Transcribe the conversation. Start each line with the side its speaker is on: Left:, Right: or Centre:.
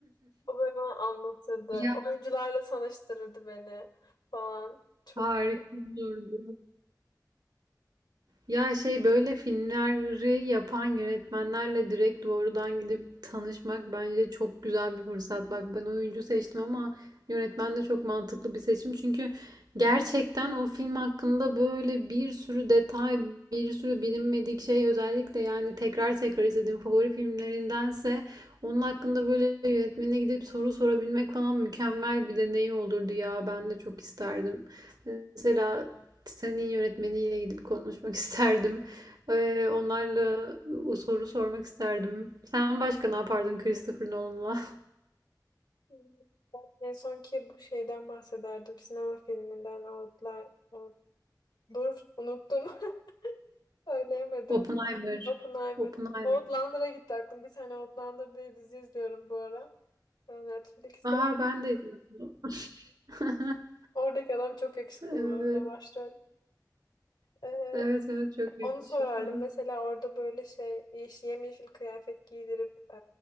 Left: O böyle bana anlatırdı.
Right: Ya
Left: Oyuncularla tanıştırırdı beni falan. Çok
Right: harika olurdu. Ya şey böyle filmleri yapan yönetmenlerle direkt doğrudan gidip tanışmak bence çok güzel bir fırsat. Bak ben oyuncu seçtim ama yönetmen de çok mantıklı bir seçim. Çünkü gerçekten o film hakkında böyle bir sürü detay, bir sürü bilinmedik şey özellikle yani tekrar tekrar izlediğim favori filmlerindense onun hakkında böyle yönetmenine gidip soru sorabilmek falan mükemmel bir deneyim olurdu ya. Ben de çok isterdim. Mesela senin yönetmeniyle gidip konuşmak <laughs> isterdim. Ee, onlarla o soru sormak isterdim. Sen başka ne yapardın Christopher Nolan'la?
Left: iyi. En son ki bu şeyden bahsederdim. Sinema filminden Outlier. Out- Dur unuttum. <laughs> Söyleyemedim.
Right: <laughs> Oppenheimer.
Left: Oppenheimer.
Right: Oppenheimer.
Left: Outlander'a gitti aklım. Bir tane Outlander diye dizi izliyorum bu ara. Netflix'te.
Right: Aa ben de izledim. bunu. <laughs>
Left: Oradaki adam çok yakışıklı
Right: Evet.
Left: bu arada başrol. Ee,
Right: Evet evet çok yakışıklı.
Left: Onu sorardım. Mesela orada böyle şey yeş- yemyeşil kıyafet giydirip e,